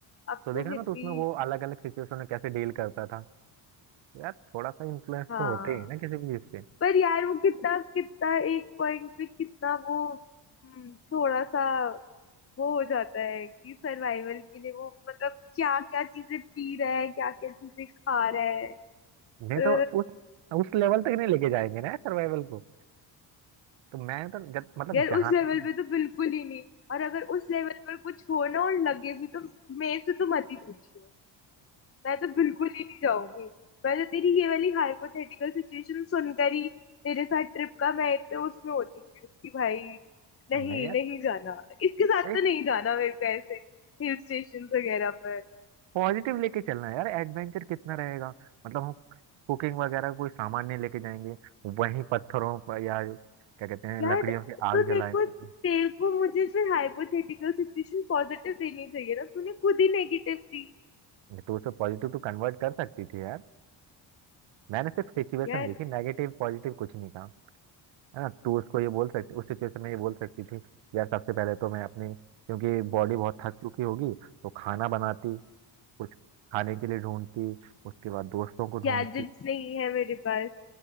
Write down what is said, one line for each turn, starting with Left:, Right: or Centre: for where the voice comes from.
Left: अब
Right: तो
Left: तो
Right: देखा
Left: फिर
Right: ना तो उसमें
Left: भी
Right: वो अलग अलग सिचुएशन में कैसे डील करता था यार थोड़ा सा इन्फ्लुएंस
Left: हाँ
Right: तो होते ही है ना किसी भी चीज से
Left: पर यार वो कितना कितना एक पॉइंट पे कितना वो हम्म, थोड़ा सा वो हो जाता है कि सर्वाइवल के लिए वो मतलब क्या क्या चीजें पी रहा है क्या क्या चीजें खा रहा
Right: नहीं
Left: है
Right: तो उस उस लेवल तक नहीं लेके जाएंगे ना सर्वाइवल को तो मैं तो जब मतलब
Left: यार
Right: जहां
Left: उस लेवल
Right: तक हम
Left: पे तो बिल्कुल ही नहीं और अगर उस लेवल पर कुछ हो ना और लगे भी तो मेरे से तो मत ही पूछिए मैं तो बिल्कुल ही नहीं जाऊंगी मैं तो तेरी ये वाली हाइपोथेटिकल सिचुएशन सुनकर ही तेरे साथ ट्रिप का मैं इतने उसमें हो चुकी हूँ कि भाई नहीं
Right: नहीं यार
Left: नहीं जाना इसके साथ
Right: एक
Left: तो नहीं जाना मेरे को ऐसे हिल स्टेशन वगैरह पर
Right: पॉजिटिव लेके चलना है यार एडवेंचर कितना रहेगा मतलब हम कुकिंग वगैरह कोई सामान नहीं लेके जाएंगे वहीं पत्थरों पर या क्या कहते हैं
Left: यार
Right: लकड़ियों की
Left: तो
Right: आग जलाएंगे
Left: मेरे को तेरे को मुझे फिर हाइपोथेटिकल सिचुएशन पॉजिटिव देनी चाहिए ना तूने खुद ही नेगेटिव दी
Right: तो उसे पॉजिटिव तो कन्वर्ट कर सकती थी यार मैंने सिर्फ सिचुएशन
Left: यार
Right: दी थी नेगेटिव पॉजिटिव कुछ नहीं था हाँ तू उसको ये बोल सकती उस सिचुएशन में ये बोल सकती थी यार सबसे पहले तो मैं अपनी क्योंकि बॉडी बहुत थक चुकी होगी तो खाना बनाती कुछ खाने के लिए ढूंढती उसके बाद दोस्तों को ढूंढती
Left: गैजेट्स नहीं है मेरे पास